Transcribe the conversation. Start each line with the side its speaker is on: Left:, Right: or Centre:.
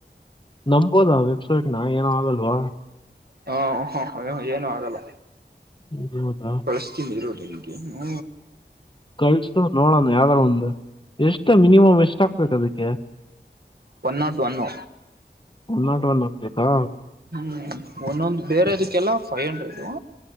Left: ನಂಬಬೋದಾ ಆ ವೆಬ್ಸೈಟ್ ನ ಏನ ಆಗಲ್ವಾ.
Right: ಹ ಹ ಹ ಏನು ಆಗಲ್ಲ.
Left: ಹೌದಾ.
Right: ಕಳಸ್ತೀನಿ ಇರು ನಿನಗೆ ಹ್ಮ.
Left: ಕಳ್ಸ ನೋಡೋಣ ಯಾವ್ದಾರ ಒಂದು ಎಷ್ಟು ಮಿನಿಮಮ್ ಎಷ್ಟ ಹಾಕ್ಬೇಕ ಅದಕ್ಕೆ.
Right: One not one.
Left: One not one ಹಾಕ್ಬೇಕಾ.
Right: ಹ್ಮ್ ಒಂದೊಂದ ಬೇರೆ ಅದಕ್ಕೆಲ್ಲ ಫೈವ್ ಹಂಡ್ರೆಡ.